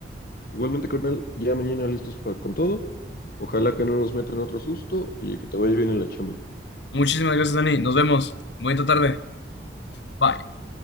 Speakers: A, on the left; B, on the left.
A: Igualmente, carnal, ya mañana listos para con todo. Ojalá que no nos metan otro susto y que te vaya bien en la chamba.
B: Muchísimas gracias, Dani. Nos vemos. Bonita tarde. Bye.